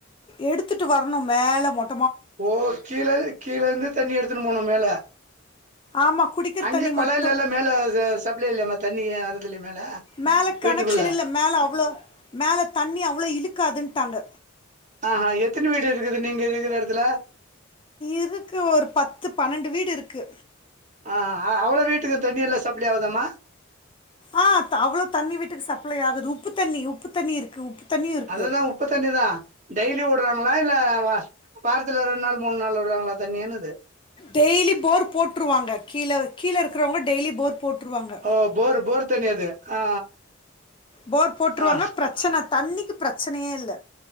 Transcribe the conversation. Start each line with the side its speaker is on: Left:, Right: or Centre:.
Left: எடுத்துட்டு வர்ணு மேல மொட்
Right: ஓ கீழ கீழந்து தண்ணி எடுத்துன்னு போனும் மேல
Left: ஆமா குடிக்கிற
Right: அங்கே
Left: தண்ணி
Right: கொழாய்லல்லா
Left: மட்டும்
Right: மேல ச சப்ளை இல்யாமா தண்ணி ஏன் ஏறதில்ல மேல
Left: மேல
Right: வீட்டுக்குள்ள
Left: கனெக்ஷன் இல்ல மேல அவ்ளோ மேல தண்ணி அவ்ளோ இழுக்காதுன்ட்டாங்க
Right: அ ஆ எத்தன் வீடு இருக்குது நீங்க இருக்குற எடத்துல
Left: இருக்கு ஒரு பத்து பன்னெண்டு வீடு இருக்கு
Right: ஆ அவ்ளோ வீட்டுக்கு தண்ணியெல்லா சப்ளே ஆவுதாம்மா
Left: ஆ அவ்ளோ தண்ணி வீட்டுக்கு சப்ளை ஆகுது உப்பு தண்ணி உப்பு தண்ணி இருக்கு உப்பு தண்ணியும் இருக்குது
Right: அதுதா உப்பு தண்ணி தா டெய்லி விட்றாங்களா இல்ல வார்த்துல ரெண்நாள் மூண் நாள்ல விட்றாங்களா தண்ணியென்னுது
Left: டெய்லி போர்ரு போட்ருவாங்க கீழ கீழ இருக்கறவங்க டெய்லி போர் போட் ட்ருவாங்க
Right: ஓ போரு போர் தண்ணி அது ஆ
Left: போர் போட்ருவாங்க
Right: ஆ
Left: பிரச்சன தண்ணிக்கு பிரச்சனயே இல்ல